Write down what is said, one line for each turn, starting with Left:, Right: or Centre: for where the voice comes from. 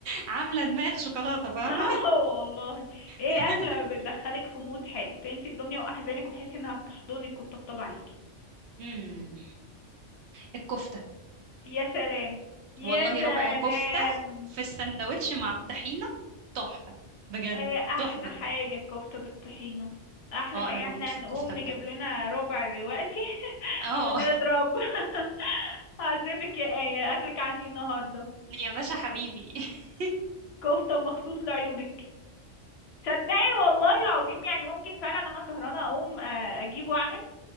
Right: عامله دماغ شوكولاته فاهمه
Left: اه والله ايه
Right: <laughs>
Left: اكله بتدخلك في مود حلو تنسي الدنيا واحزانك وتحسي انها بتحضنك وتطبطب عليكي
Right: امم الكفته
Left: يا سلام يا
Right: والله
Left: سلام
Right: ربع كفتة في السندوتش مع الطحينة تحفة بجد
Left: هي احلى
Right: تحفة
Left: حاجة الكفتة بالطحينة احلى
Right: اه
Left: حاجة
Right: انا بموت
Left: احنا
Right: في
Left: نقوم
Right: الكفتة بجد
Left: نجيب لنا ربع دلوقتي <laughs>
Right: اه
Left: ونضرب <laughs> هعزمك يا آية اكلك عندي النهاردة
Right: <laughs> يا باشا حبيبي <laughs>
Left: كفتة مخصوص لعيونك صدقي والله العظيم يعني ممكن فعلا انا سهرانة اقوم آه، اجيب واعمل